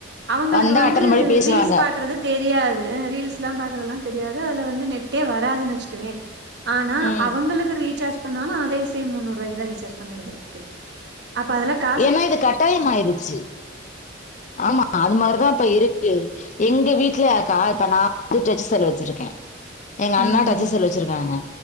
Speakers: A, on the right; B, on the left.
A: அவ்ங்களுக்கு
B: வந்தா
A: வந்து
B: அட்டன் பண்ணி பேசுவாங்க
A: ரீல்ஸ் பாக்குறது தெரியாது அ ரீல்ஸ் ல்லா பாக்குறதுலா தெரியாது அதுல வந்து நெட்டே வராதுன்னு வச்சுக்கவே ஆனா
B: ம்.
A: அவங்களுக்கு ரீசார்ஜ் பண்ணாலு அதே சேம் முன்னூறுபாய்க்கு தா ரீசார்ஜ் பண்ண வேண்டியதுருக்கு அப்ப அதெல்லா க
B: ஏன்னா இது கட்டாயமாயிருச்சி ஆமா அது மாரிதா இப்ப இரு க்கு எங்க வீட்லயாக்கா இப்ப நா வந்து டச்சு செல்லு வச்சிருக்கே எங்க அண்ணா
A: ம்
B: டச்சு செல்லு வச்சுருக்காங்க